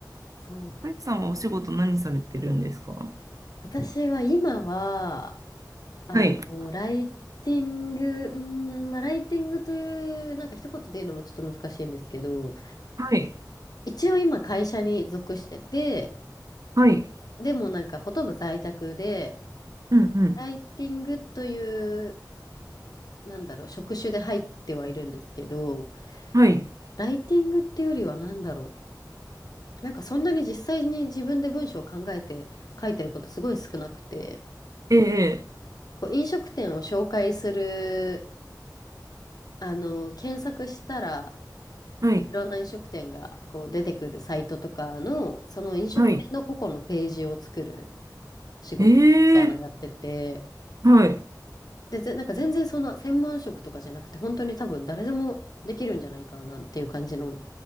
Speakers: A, on the left; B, on the right.
A: そうだ。
B: マイクさんはお仕事何されてるんですかは
A: 私は今は、あの、
B: い。
A: ライティング、うーん、まあ、ライティングという、なんか一言で言うのもちょっと難しいんですけど、
B: はい。
A: 一応今会社に属してて、
B: はい。
A: でもなんかほとんど在宅で、
B: うんう
A: ライティングという、なんだろう、職種で入ってはいるんですけど、
B: ん。はい。
A: ライティングってよりはなんだろう、なんかそんなに実際に自分で文章を考えて書いてることすごい少なくて、
B: ええ。ええ
A: こう飲食店を紹介する、あの、検索したら、
B: はい。
A: いろんな飲食店がこう出てくるサイトとかの、その飲食店の個々のページを作る
B: はい。
A: 仕事みたいなのやってて、
B: ええ。はい。
A: で、ぜなんか全然そんな専門職とかじゃなくて、本当に多分誰でもできるんじゃないかなっていう感じの、